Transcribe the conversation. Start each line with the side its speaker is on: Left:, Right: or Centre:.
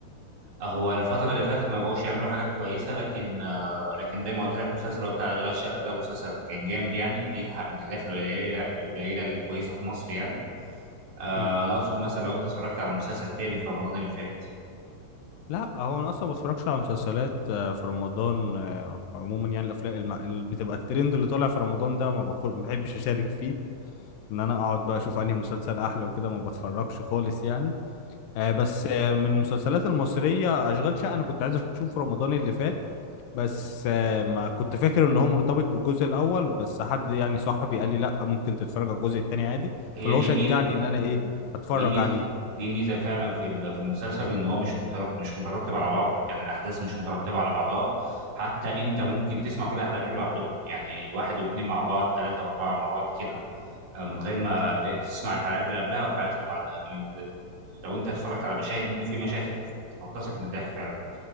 Right: هو الفتره اللي فاتت ما بقوش يعملوا حاجات كويسه لكن آه، لكن زي ما قلت لك المسلسل هو بتاع اشغال شقه ده مسلسل كان جامد يعني دي الح- من الحاجات القليله القليله الكويسه في مصر يعني آه،
Left: مم.
Right: انا اقصد مثلا لو انت اتفرجت على مسلسل تاني في رمضان اللي فات
Left: لا هو انا اصلا ما بتفرجش على مسلسلات آه، في رمضان آه، عموما يعني الافلام الم... اللي بتبقى الترند اللي طالع في رمضان ده ما بخل... ما بحبش اشارك فيه ان انا اقعد بقى اشوف انهي مسلسل احلى وكده ما بتفرجش خالص يعني آه، بس آه، من المسلسلات المصريه اشغال شقه انا كنت عايز اشوفه رمضان اللي فات بس آه، ما كنت فاكر ان هو مرتبط بالجزء الاول بس حد يعني صاحبي قال لي لا ممكن تتفرج على الجزء التاني عادي
Right: هي
Left: فاللي
Right: دي
Left: هو شجعني
Right: ميزه
Left: ان انا
Right: مم.
Left: ايه اتفرج
Right: دي ميزه
Left: عليه
Right: دي ميزه فعلا في ال- في المسلسل ان هو مش متر- مش مترتب على بعضه يعني الاحداث مش مترتبه على بعضها حتى انت
Left: م-
Right: ممكن تسمع كل الحلقتين لوحدهم يعني واحد واثنين مع بعض ثلاثه واربعه مع بعض كده آه، من غير ما ت- تسمع الحلقات اللي قبلها والحلقات اللي بعدها ال- لو انت اتفرجت على مشاهد منه في مشاهد تفطسك من الضحك فعلا